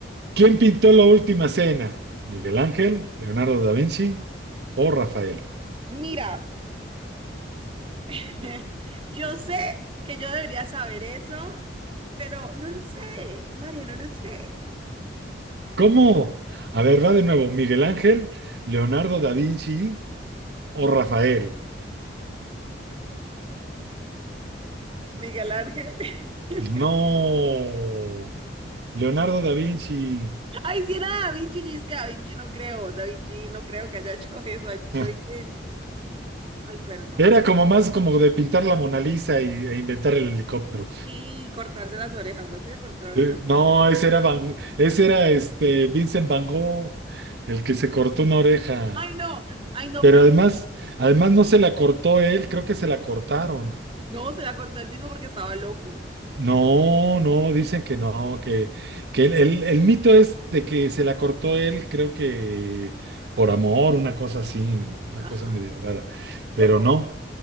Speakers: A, on the right (about 60°); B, on the right (about 30°).
A: ¿quién pintó la última cena? ¿Miguel Ángel, Leonardo da Vinci o Rafael?
B: mira, <laughs> yo sé que yo debería saber eso, pero no lo sé, Mario, no lo sé.
A: ¿Cómo? A ver, va de nuevo. ¿Miguel Ángel, Leonardo da Vinci o Rafael?
B: Miguel Ángel. <laughs>
A: No, Leonardo da Vinci.
B: Ay, si era Da Vinci, yo es que Da Vinci no creo, Da Vinci no creo que haya hecho <laughs> eso. Ay,
A: <laughs>
B: Da Vinci, ay, perdón.
A: Era como más como de pintar la Mona Lisa y, e inventar el helicóptero.
B: Sí, cortarse las orejas, ¿por qué se cortó las orejas?
A: Eh, no, ese era Van- ese era este Vincent Van Gogh, el que se cortó una oreja.
B: Ay, no, ay, no,
A: Pero
B: perdón.
A: además, además no se la cortó él, creo que se la cortaron.
B: No, se la cortó él mismo porque estaba loco.
A: No, no, dicen que no, que, que el, el- el mito es de que se la cortó él, creo que por amor, una cosa así, una
B: Ajá,
A: cosa medio rara. Pero
B: loco.
A: no,